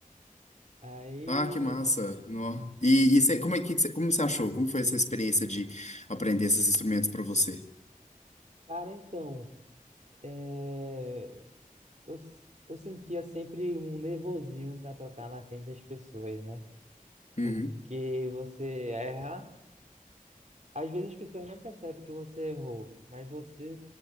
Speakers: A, on the right; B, on the left.
A: Aí,
B: Ah, que massa. Nó. E, e você- como é que, que você- como você achou? Como foi essa experiência de aprender esses instrumentos para você?
A: cara, então, é, eu, s- eu sentia sempre um nervosinho para tocar na frente das pessoas, né?
B: Uhum.
A: Porque você erra, às vezes as pessoas não percebem que você errou, mas você